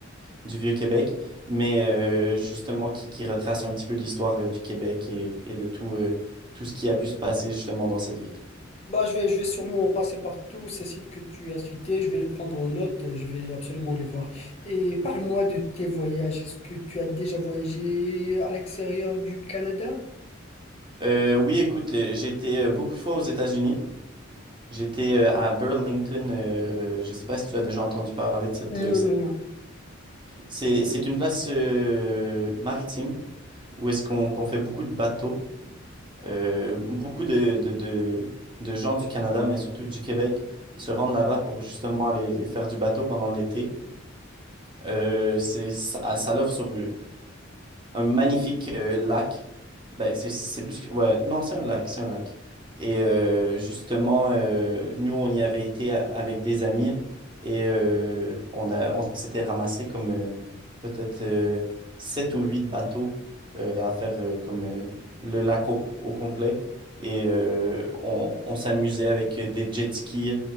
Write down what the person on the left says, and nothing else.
Bah, je vais, je vais sûrement passer par tous ces sites que tu as cités, je vais les prendre en note, euh, je vais absolument les voir. Et parle-moi de tes voyages. Est-ce que tu as déjà voyagé à l'extérieur du Canada?
Non,
non, non.